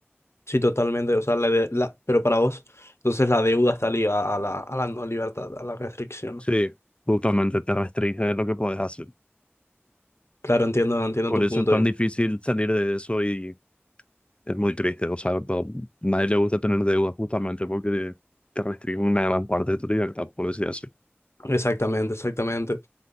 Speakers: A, on the left; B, on the left.
A: Sí, totalmente. O sea, la, de- la- pero para vos, entonces la deuda está ligada a la, a la no libertad, a la restricción.
B: Sí, Justamente te restringe de lo que puedes hacer.
A: Claro, entiendo, entiendo
B: Por
A: tu
B: eso
A: punto.
B: es tan difícil salir de eso y es muy triste. O sea, to- nadie le gusta tener deudas justamente porque te restringe una gran parte de tu libertad, por decir así.
A: Exactamente, exactamente.